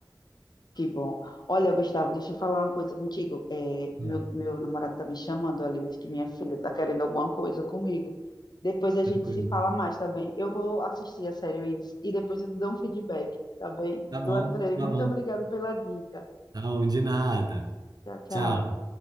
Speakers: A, on the left; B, on the right.
A: Que bom. Olha, Gustavo, deixa eu falar uma coisa contigo. É,
B: Hum,
A: meu, meu namorado tá me chamando ali, acho que minha filha tá querendo alguma coisa comigo. Depois a
B: tranquilo.
A: gente se fala mais, tá bem? Eu vou assistir a série Weeds e depois eu te dou um feedback, tá bem?
B: Tá bom,
A: Eu adorei.
B: tá
A: Muito
B: bom.
A: obrigada pela dica.
B: Não, de nada.
A: Tchau, tchau.
B: Tchau.